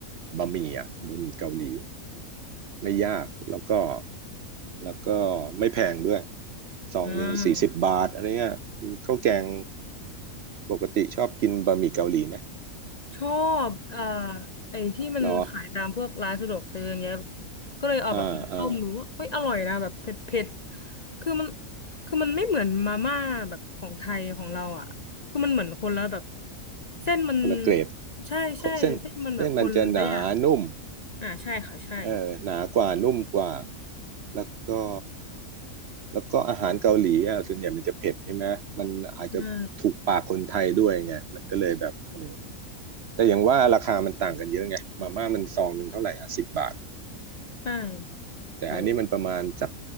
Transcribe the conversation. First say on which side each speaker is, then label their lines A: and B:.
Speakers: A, on the right (about 60°); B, on the left (about 45°).
A: บะหมี่อ่ะบะหมี่เกาหลีไม่ยากแล้วก็แล้วก็ไม่แพงด้วยซองหนึ่งสี่สิบบาทอะไรเงี้ย
B: อ่า
A: ข้าวแกงปกติชอบกินบะหมี่เกาหลีไหม
B: ชอบเอ่อไอ้ที่มันขายตามพวกร้านสะดวกซื้ออย่างเงี้ย
A: เหรอ
B: ก็เลยเอาแบบมาต้มดูว่าเอ้ยอร่อยนะแบบเผ็ดเผ็ด
A: อ่าอ่า
B: คือมันคือมันไม่เหมือนมาม่าแบบของไทยของเราอ่ะคือมันเหมือนคนละแบบเส้นมัน
A: คนละเกรด
B: ใช่ใช่เส้นมันแบบคนละอย่าง
A: เส้นเส้นมันจะหนานุ่ม
B: อ่าใช่ค่ะใช่
A: เออหนากว่านุ่มกว่าแล้วก็แล้วก็อาหารเกาหลีอ่ะส่วนใหญ่มันจะเผ็ดใช่ไหมมันอาจจะถูกปากคนไทยด้วยไงมันก็เลยแบบโอ้
B: ใช่
A: แต่อย่างว่าราคามันต่างกันเยอะไงมาม่ามันซองหนึ่งเท่าไหร่อ่ะสิบบาท
B: ใช่
A: แต่อันนี้มันประมาณสัก
B: โห